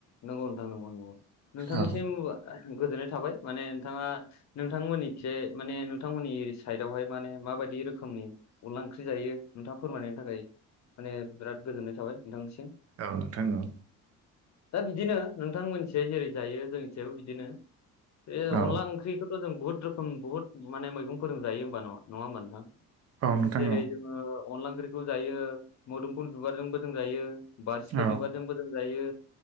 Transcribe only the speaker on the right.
औ
औ नोंथां औ
औ
औ नोंथां
औ